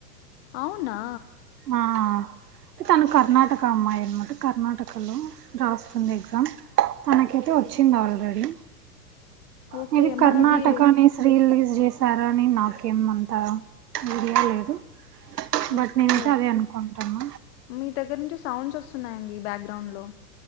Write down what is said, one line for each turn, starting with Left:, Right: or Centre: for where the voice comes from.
Left: అవునా
Right: ఆ తను కర్ణాటక అమ్మాయి కర్ణాటకలో రాస్తుంది ఎగ్జామ్ తనకైతే వచ్చింది ఆల్రెడీ
Left: ఓకే
Right: మేబి
Left: మనది
Right: కర్ణాటకనే శ్రీలీ చేశార అని నాకేమంత ఐడియా లేదు బట్
Left: ఓకే
Right: నేనుతే అదే అనుకుంటాన
Left: మీ దగ్గర నుంచి సౌండ్స్ వస్తున్నాయండి బ్యాక్గ్రౌండ్ లో